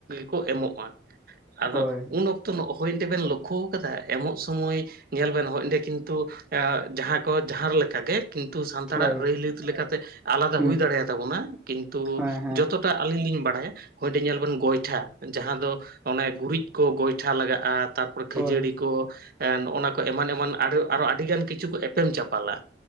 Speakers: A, on the right (about 55°); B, in the centre.
A: ᱠᱚ ᱮᱢᱚᱜᱼᱟ ᱟᱫᱚ
B: ᱦᱳᱭ
A: ᱩᱱ ᱚᱠᱛᱚ ᱦᱚᱭ ᱚᱸᱰᱮ ᱵᱮᱱ ᱞᱚᱠᱠᱷᱚ ᱟᱠᱟᱫᱟ ᱮᱢᱚᱜ ᱥᱳᱢᱳᱭ ᱧᱮᱞ ᱵᱮᱱ ᱦᱚᱜ ᱚᱸᱰᱮ ᱠᱤᱱᱛᱩ ᱡᱟᱦᱟᱸ ᱠᱚ ᱡᱟᱦᱟᱸ ᱞᱮᱠᱟᱜᱮ ᱠᱤᱱᱛᱩ ᱥᱟᱱᱛᱟᱲᱟᱜ
B: ᱦᱳᱭ
A: ᱨᱟᱹᱭᱞᱤᱛ ᱞᱮᱠᱟᱛᱮ ᱟᱞᱟᱫᱟ
B: ᱦᱩᱸ
A: ᱦᱩᱭ ᱫᱟᱲᱮ ᱟᱛᱟᱵᱚᱱᱟ ᱠᱤᱱᱛᱩ
B: ᱦᱮᱸ ᱦᱮᱸ
A: ᱡᱚᱛᱚ ᱟᱹᱞᱤᱧ ᱞᱤᱧ ᱵᱟᱲᱟᱭᱟ ᱦᱚᱭ ᱚᱸᱰᱮ ᱧᱮᱞ ᱵᱮᱱ ᱜᱚᱭᱴᱷᱟ ᱡᱟᱦᱟᱸ ᱫᱚ ᱚᱱᱮ ᱜᱩᱨᱤᱡ ᱠᱚ ᱜᱚᱭᱴᱷᱟ ᱞᱟᱜᱟᱜᱼᱟ ᱛᱟᱨᱯᱚᱨ ᱠᱷᱟᱹᱡᱟᱹᱲᱤ
B: ᱦᱳᱭ
A: ᱱᱚᱜᱼᱱᱟ ᱠᱚ ᱮᱢᱟᱱ ᱮᱢᱟᱱ ᱟᱨ ᱟᱨᱚ ᱟᱹᱰᱤᱜᱟᱱ ᱠᱤᱪᱷᱩ ᱠᱚ ᱮᱯᱮᱢ ᱪᱟᱯᱟᱞᱟ,